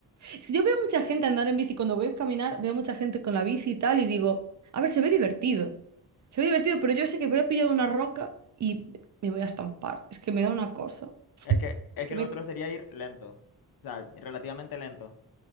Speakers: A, on the right; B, on the left.
A: Es que Yo veo mucha gente andar en bici, cuando voy a caminar, veo mucha gente con la bici y tal, y digo, a ver, se ve divertido. Se ve divertido, pero yo sé que voy a pillar una roca y me voy a estampar. Es que me da una cosa.
B: Es que, es
A: Es
B: que
A: que
B: el
A: me...
B: otro sería ir lento. O sea, relativamente lento.